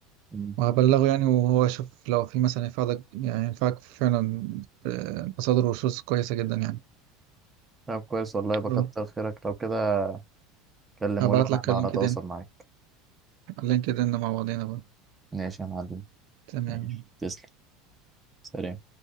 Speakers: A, on the right; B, on the right.
A: مم.
B: وهبلغه يعني وهو يشوف لو في مثلا ينفعك يعني ينفعك فعلا آه، مصادر وشوز كويسة جدا يعني
A: طب كويس والله بكتر
B: اه
A: خيرك لو كده كلمه
B: هبعت
A: لي وانا
B: لك
A: هبقى
B: على
A: على
B: لينكدين
A: تواصل معاك
B: على لينكدين مع بعضينا بقى
A: ماشي يا معلم
B: تمام
A: ماشي تسلم سلام